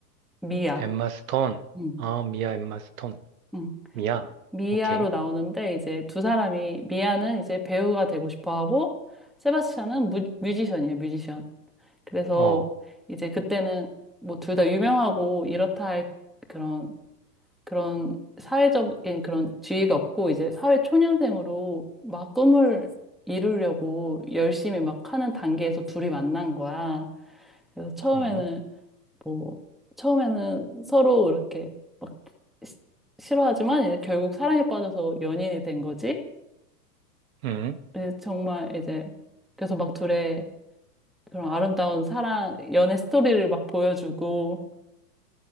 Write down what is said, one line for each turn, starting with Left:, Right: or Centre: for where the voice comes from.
Centre: 미아.
Right: 엠마 스톤.
Centre: 응.
Right: 아, 미아 엠마 스톤.
Centre: 응.
Right: 미아.
Centre: 미아로
Right: 오케이.
Centre: 나오는데 이제 두 사람이 미아는 이제 배우가 되고 싶어 하고 세바스찬은 뮤, 뮤지션이에요, 뮤지션. 그래서
Right: 어.
Centre: 이제 그때는 뭐 둘 다 유명하고 이렇다 할 그런 그런 사회적인 그런 지위가 없고 이제 사회 초년생으로 막 꿈을 이루려고 열심히 막 하는 단계에서 둘이 만난 거야. 그래서 처음에는
Right: 어?
Centre: 뭐 처음에는 서로 이렇게 막 시- 싫어하지만 이제 결국 사랑에 빠져서 연인이 된 거지.
Right: 응,
Centre: 예, 정말 이제 그래서 막 둘의 그런 아름다운 사랑 연애 스토리를 막 보여주고